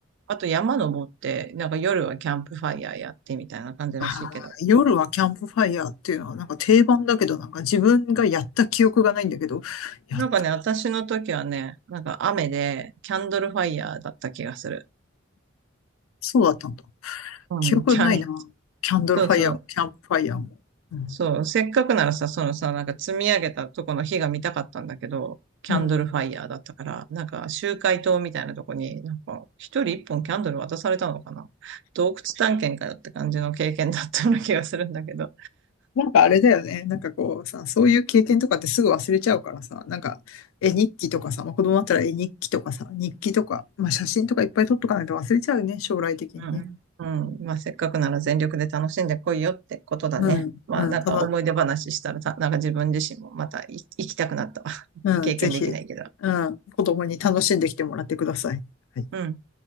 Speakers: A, on the right; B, on the left.
A: あと山登って、なんか夜はキャンプファイヤーやってみたいな感じらしいけど。
B: あー、夜はキャンプファイヤーっていうのはなんか定番だけど、なんか自分がやった記憶がないんだけど、やっ、
A: なんかね、私の時はね、なんか雨で、キャンドルファイヤーだった気がする。
B: そうだったんだ。
A: うん、
B: 記憶ないな。
A: キャン、
B: キャンドルファイヤーも、
A: そうそう、
B: キャンプファイヤーも。うん、
A: そう、せっかくならさ、そのさ、なんか積み上げたとこの火が見たかったんだけど、キャンドルファイヤーだったから、
B: うん
A: なんか集会棟みたいなとこに、なんか一人一本キャンドル渡されたのかな。洞窟探検かよって感じの経験だったような気がするんだけど。
B: なんかあれだよね。なんかこうさ、そういう経験とかってすぐ忘れちゃうからさ、なんか絵日記とかさ、まあ、子供だったら絵日記とかさ、日記とか、まあ、写真とかいっぱい撮っとかないと忘れちゃうよね、将来的にね。
A: うん。うん。まあ、せっかくなら全力で楽しんでこいよってことだね。
B: うん、
A: まあ、
B: うん、
A: なんか思い出話したらさ、
B: たの、
A: なんか自分自身もまたい行きたくなった。
B: うん、
A: 経験できないけど。
B: ぜひ、うん、子供に楽しんできてもらってください。はい
A: うん。